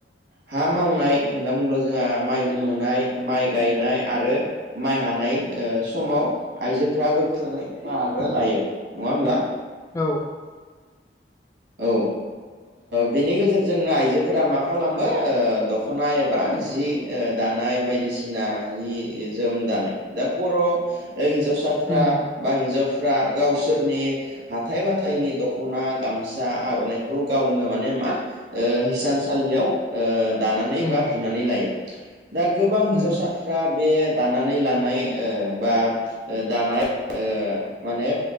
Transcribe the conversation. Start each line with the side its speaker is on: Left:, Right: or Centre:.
Right: हा मावनाय होनना बुङोब्ला जोंहा माइ गुंहोनाय माइ गायनाय आरो। माइ हानाय समाव आइजोफ्रा गोख्रोङै बाहागो लायो नङा होमब्ला?
Left: औ।
Right: औ बेनि गेजेरजोंनो आइजोफोरा मा खालामो दख'ना एबा बा जि दानाय बायदिसिना जि जोम दानाय दा बर' हिन्जावसाफ्रा
Left: उम
Right: बा हिनजावफ्रा गावसोरनि हाथथाय बाथथायनि दख'ना गामसा फिसा आर'नाइखौ गावनो माने मा हिसानसालियाव दानानै
Left: उम
Right: बा बुनानै लायो। दा गोबां हिन्जावसाफ्रा
Left: उम
Right: बे दानानै लानाय बा दानाय माने